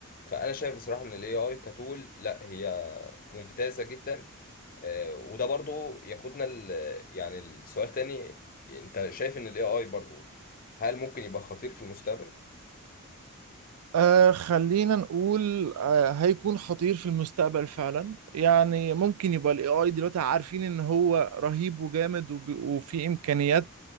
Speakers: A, on the left; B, on the right.
A: فانا شايف بصراحه ان الاي اي كتول لا هي ممتازه جدا آه، وده برضو ياخدنا ال- يعني السؤال تاني انت شايف ان الاي اي برضو هل ممكن يبقى خطير في المستقبل
B: آه خلينا نقول آه هيكون خطير في المستقبل فعلا يعني ممكن يبقى الاي اي دلوقتي عارفين ان هو رهيب وجامد وب- وفي امكانيات